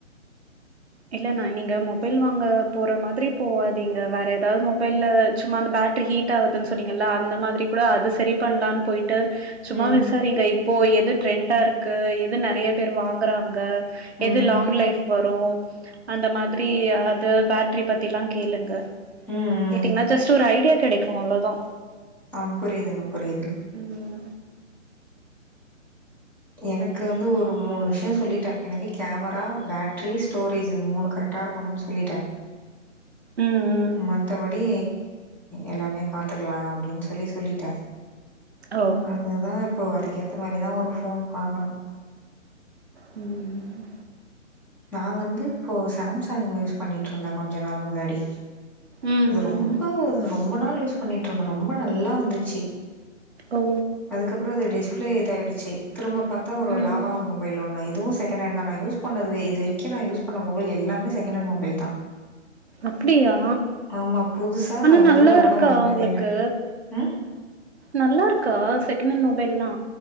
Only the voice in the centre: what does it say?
ம்
ம்
ம்
ம்
ஆம் புரியிதுங்க புரியிது
எனக்கு வந்து ஒரு மூணு விஷ்யொ சொல்லிட்டே எனக்கு கேமரா பேட்ரி ஸ்டோரேஜு இது மூணு கரெட் டா இருக்கனுன் சொல்லிட்டே
மத்தபடி எல்லாமே பாத்துக்கலா அப்டின் சொல்லி சொல்லிட்டே
அதுதா இப்போ அதுக்கேத்த மாரிதா ஒரு ஃபோன் பாக்கனு
நா வந்து இப்போ சாம்சங் யூஸ் பண்ணிட்ருந்தே கொஞ்ச நாள் முன்னாடி
இது
ரொம்ப ரொம்ப நாள் யூஸ் பண்ணிட்டு இருந்தே ரொம்ப நல்லா வந்துச்சு
அதுக்கப்புறோ அது டிஸ்பிளே இதா ஆயிடுச்சு திரும்ப பாத்தா ஒரு
லாவா மொ பைல் ஒன்னுஇதுவு செகன்னென்டு தா நா யூஸ் பண்னதுலே இதுரைக்கு நா யூஸ் பண்ண மொபைல் எல்லாமே செகணன் மொபைல்தா
ஆமா. புதுசா
நான் ஒரு
தடவ
கூட வாங்கினதே
இல்ல. ம்.